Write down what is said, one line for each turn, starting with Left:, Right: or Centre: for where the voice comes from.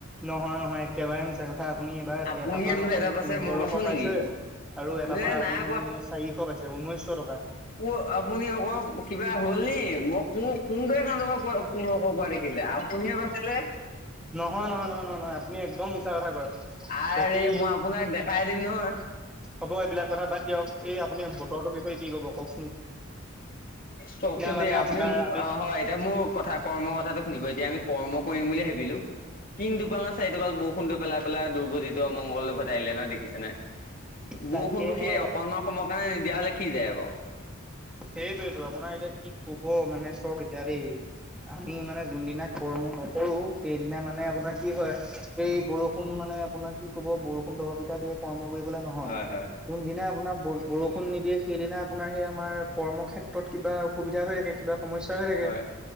Centre: নহয়-নহয় একেবাৰে মিছা কথা আপুনি এইবাৰ
Left: আপুনিহে
Centre: এটা পাৰ
Left: দুহেজাৰ
Centre: আপুনি
Left: পাইছে
Centre: পোন্ধৰশ
Left: মই পাইছো নেকি
Centre: পাইছে আৰু এটাৰ
Left: এ
Centre: পা
Left: নাই
Centre: আপুনি চাৰিশ পাইছে ঊনৈছ টকা।
Left: ৱ আপুনি অকণ কিবা হ'ল নি মই কোন- কোন টো একাউন্তৰ পৰা পোন্ধৰশ পোৱা দেখিলে আপুনিহে পাইছিলে।
Centre: নহয়- নহয়-নহয়-নহয়-নহয় আপুনি একদম মিছা কথা কয়
Left: আৰে
Centre: বাকী
Left: মই আপোনাক দেখাই দিম নহয়।
Centre: হ'ব এইবিলাক কথা বাদ দিয়ক এই আপুনি বতৰৰ বিষয়ে কি ক'ব কওক?
Left: চওকচোন
Centre: মানে
Left: দেই আপুনি
Centre: আপোনাৰ আমি
Left: অ, হয় এতিয়া মোৰ কথাত কৰ্ম কথাটো শুনিব এতিয়া আমি কৰ্ম কৰিম বুলি ভাবিলোঁ তিন টোপাল না চাৰি টোপাল বৰ ষুণ টো পেলাই -পেলাই দুৰ্গতিটো অমংগল লৈ ঘৰত আহিলে নহয় দেখিছে নে?
Centre: তাকে
Left: বৰষুণটো
Centre: মই
Left: সেই অকনমান সময়ৰ কাৰণে নিদিয়া হলে কি যায় আক।
Centre: সেইটোৱেটো আপোনাৰ এতিয়া কি কব মানে চওঁক এতিয়া দেই। আমি মানে যোনদিনা কৰ্ম নকৰো সেইদিনা মানে আপোনাৰ কি হয় সেই বৰষুণ মানে আপোনাৰ কি ক'ব বৰষুণ দবা পিতা দিয়ে কৰ্ম কৰিবলে নহয়।
Left: হয় হয়
Centre: যোনদিনা আপোনাৰ বৰষুণ নিদিয়ে সেইদিনা আপোনাৰ সেই আমাৰ কৰ্মক্ষেত্ৰত কিবা অসুবিধা হৈ থাকে কিবা সমস্যা হৈ থাকে
Left: হয়